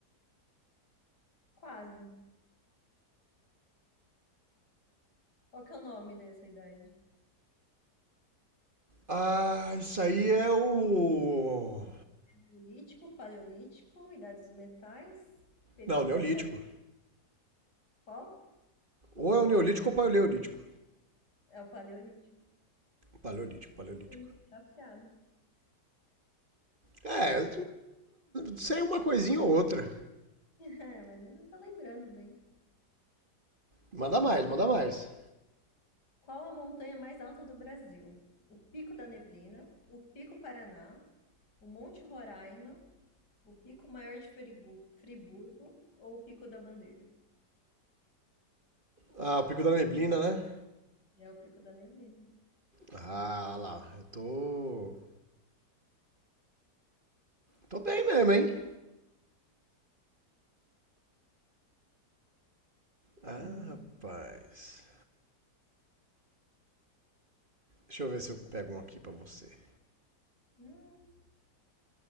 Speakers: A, on the left; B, on the right.
A: Quase. Qual que é o nome dessa idade?
B: Ah, isso aí é o.
A: Neolítico, paleolítico, idade dos metais, período
B: Não, Neolítico.
A: da pedra. Qual?
B: Ou é o Neolítico ou o Paleolítico.
A: É o paleolítico.
B: Paleolítico, Paleolítico.
A: Sim, tá afiado. <laughs>
B: É, sei uma coisinha ou outra.
A: É, mas ainda tá lembrando bem.
B: Manda mais, manda mais.
A: Qual a montanha mais alta do Brasil? O Pico da Neblina, o Pico Paraná, o Monte Roraima, o Pico Maior de Frigu- Friburgo ou o Pico da Bandeira?
B: Ah, o Pico da Neblina, né?
A: É o Pico da Neblina.
B: Ah, lá, eu tô... Tô bem mesmo, hein? Ah,
A: E...
B: rapaz... Deixa eu ver se eu pego um aqui pra você.
A: Hum,